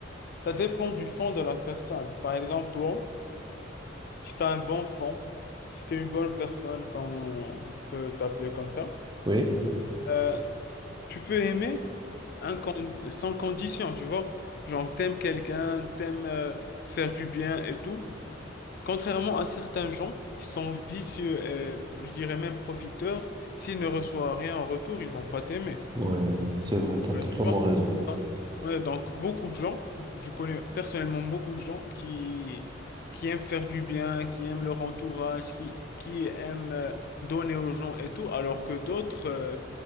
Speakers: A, on the left; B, on the right.
A: Ça dépend du fond de la personne. Par exemple, toi, si tu as un bon fond, si tu es une bonne personne, comme on peut t'appeler comme ça,
B: oui,
A: euh, tu peux aimer incon- sans condition, tu vois. Genre, t'aimes quelqu'un, t'aimes euh, faire du bien et tout. Contrairement à certains gens qui sont vicieux et je dirais même profiteurs, s'ils ne reçoivent rien en retour, ils vont pas t'aimer.
B: ouais, c'est vrai, t'as totalement
A: Ouais, tu vois?
B: raison.
A: Ouais, donc beaucoup de gens, je connais personnellement beaucoup de gens qui, qui aiment faire du bien, qui aiment leur entourage, qui, qui aiment euh, donner aux gens et tout, alors que d'autres, euh,